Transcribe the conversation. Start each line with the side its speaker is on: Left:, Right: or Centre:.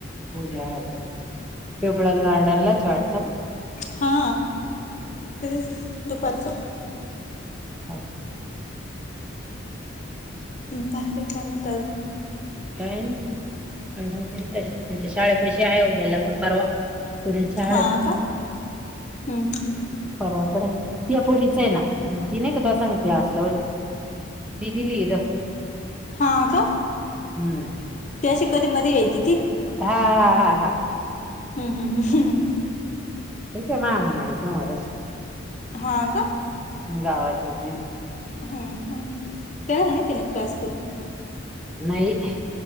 Centre: होऊद्या ह्रे इिवळार गारडनला चछटतना
Left: हा तेच दुपसो
Centre: हो
Left: नखळी काय म्हणंतलून
Centre: काय नाही आ आमच्या शाळे पैसे आहे उद्या लग्न परवा पु चळ
Left: हा
Centre: <unintelligible> <unintelligible>
Left: का हम्म
Centre: परवा कडा ती अपोलीच आहे ना ती नाही का तस म क्लासला होते दिदी लिद <unintelligible> <unintelligible>
Left: हा का
Centre: हं.
Left: त अशी कधी मध्ये यायची ती
Centre: हां हां हां हां
Left: हम् हम् ह
Centre: इक मा अंग नाडीस वरेस्
Left: हा का
Centre: गावातच
Left: हम् ह खळक नाही तन क्लास पूर्ण
Centre: नाही